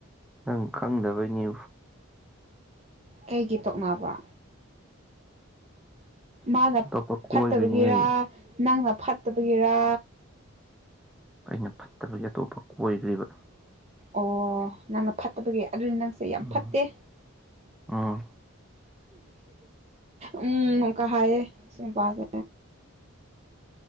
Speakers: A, in the centre; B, on the right (about 30°).
A: ꯅꯪ ꯈꯪꯗꯕꯩꯅꯤ
B: ꯀꯩꯒꯤ ꯇꯣꯛꯅꯕ꯭ꯔꯥ ꯃꯥꯅ
A: ꯑꯇꯣꯞꯄ ꯀꯣꯏꯗꯣꯏꯅꯦ
B: ꯐꯠꯇꯕꯒꯤꯔ ꯅꯪꯅ ꯐꯠꯇꯕꯒꯤꯔ
A: ꯑꯩꯅ ꯐꯠꯇꯕꯒꯤ ꯑꯇꯣꯞꯄ ꯀꯣꯏꯈ꯭ꯔꯤꯕ
B: ꯑꯣ ꯅꯪꯅ ꯐꯠꯇꯕꯒꯤ ꯑꯗꯨꯗꯤ ꯅꯪꯁꯦ ꯌꯥꯝ
A: ꯎꯝ
B: ꯐꯠꯇꯦ
A: ꯎꯝ
B: ꯎꯝ ꯑꯃꯨꯛꯒ ꯍꯥꯢꯌꯦ ꯁꯤ ꯅꯨꯄꯥꯁꯦ